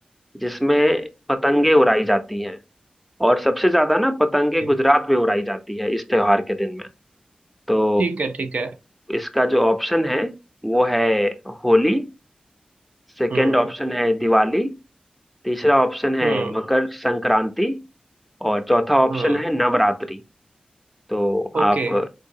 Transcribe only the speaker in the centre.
जिसमें पतंगे उड़ाई जाती हैं और सबसे ज्यादा ना पतंगे
गुजरात में उड़ाई जाती है इस त्योहार के दिन में तो
इसका जो ऑप्शन है वो है होली सेकंड
ऑप्शन है दिवाली तीसरा ऑप्शन है
मकर संक्रांति और चौथा ऑप्शन
है नवरात्रि तो
आप